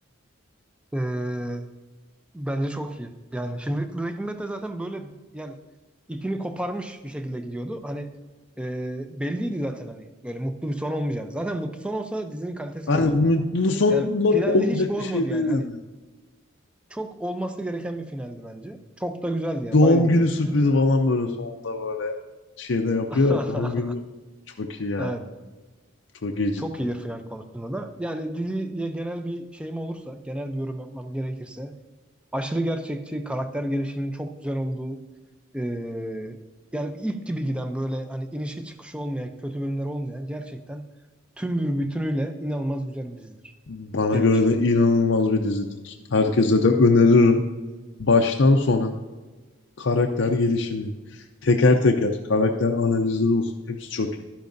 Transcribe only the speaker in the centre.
Ee, bence çok iyi. Yani şimdi Breaking Bad de zaten böyle yani ipini koparmış bir şekilde gidiyordu. Hani e, belliydi zaten hani böyle mutlu bir son olmayacağını. Zaten mutlu son olsa dizinin kalitesi
böyle olmazdı.
Yani finalde
hiç bozmadı
yani.
Hani
çok olması gereken bir finaldi bence. Çok da güzeldi yani.
Bayıldım
ben
finalde.
<laughs>
Evet.
Çok iyidir final konusunda da. Yani diziye genel bir şeyim olursa, genel bir yorum yapmam gerekirse aşırı gerçekçi, karakter gelişiminin çok güzel olduğu, e, yani bir ip gibi giden böyle hani inişi çıkışı olmayan, kötü bölümler olmayan gerçekten tüm bir bütünüyle inanılmaz güzel bir dizidir
benim
için.